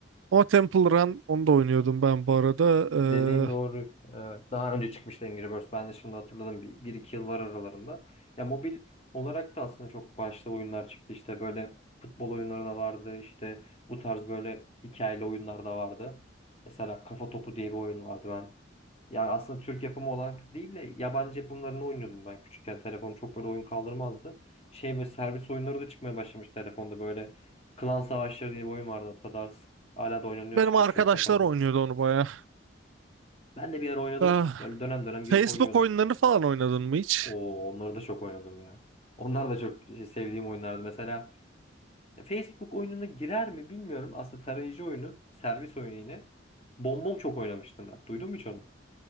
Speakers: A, on the right; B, on the left.
A: Ama Temple Run onu da oynuyordum ben bu arada.
B: Dediğin doğru.
A: Ee,
B: Evet. Daha önce çıkmıştı Angry Birds. Ben de şimdi hatırladım. Bir, bir iki yıl var aralarında. Ya mobil olarak da aslında çok başta oyunlar çıktı. İşte böyle futbol oyunları da vardı. İşte bu tarz böyle hikayeli oyunlar da vardı. Mesela Kafa Topu diye bir oyun vardı ben. Yani aslında Türk yapımı olan değil de yabancı yapımlarını oynuyordum ben küçükken. Telefon çok böyle oyun kaldırmazdı. Şey böyle servis oyunları da çıkmaya başlamış telefonda böyle. Klan Savaşları diye bir oyun vardı hatırlarsın. Hala da oynanıyor
A: benim
B: açıkçası
A: arkadaşlar
B: çok da fazla.
A: oynuyordu onu bayağı.
B: Ben de bir ara oynadım.
A: Ah,
B: Böyle dönem dönem
A: Facebook
B: girip oynuyordum.
A: oyunlarını falan oynadın mı hiç?
B: Oo, onları da çok oynadım ya. Onlar da çok şey, sevdiğim oyunlardı. Mesela e, Facebook oyununa girer mi bilmiyorum. Aslında tarayıcı oyunu, servis oyunu yine. Bombom çok oynamıştım ben. Duydun mu hiç onu?